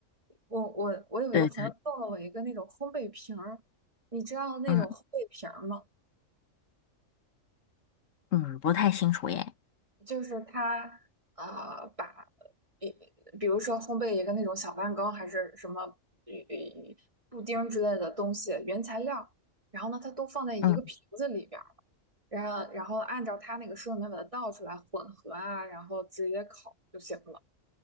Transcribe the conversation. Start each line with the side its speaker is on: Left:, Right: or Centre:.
Right: 我我我有一个朋友送了我一个那种烘焙瓶儿，
Left: 对对
Right: 你知道那种烘焙瓶儿吗？
Left: 嗯嗯，不太清楚耶。
Right: 就是它呃把比比如说烘焙一个那种小蛋糕还是什么呃呃布丁之类的东西原材料，然后呢它都放在一个瓶子里边儿，
Left: 嗯，
Right: 然后然后按照它那个说明把它倒出来混合啊，然后直接烤就行了，